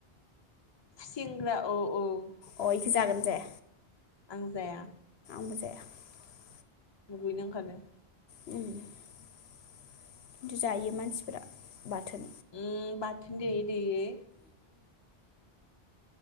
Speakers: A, on the left; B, on the left.
A: खुसिंग्रा औ औ <inaudible>
B: अ जागोन जाया?
A: आं जाया।
B: <inaudible>
A: मुगैनो ओंखारो।
B: खिन्थु जायो मानसिफोरा बाथोन।
A: उम बाथोन देयो बेयो